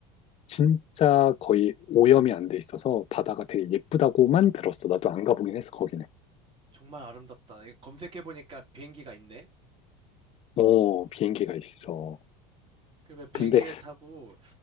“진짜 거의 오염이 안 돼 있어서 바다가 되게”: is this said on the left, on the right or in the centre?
Left